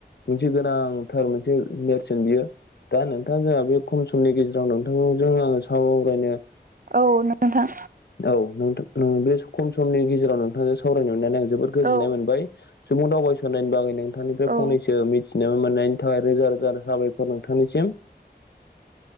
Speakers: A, on the left; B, on the right.
A: मोनसे गोनां। थार मोनसे नेरसोन बियो। दा नोंथां जोंहा बे खम समनि गेजेराव नोंथांजों आंङो सारायनो।
B: औ नोंथां
A: औ नोंथा-बे खम समनि गेजेराव नोंथां सावरायनो मोननानै आं जोबोद गोजोन्नाय
B: औ
A: मोनबाय। सुबुं दावबायस'नायनि बागै नोंथांनिफ्राय
B: औ
A: फंनैसो मिथिनो मोनाइनि, थाखाय रोजा रोजा साबायखर नोंथांनिसिम।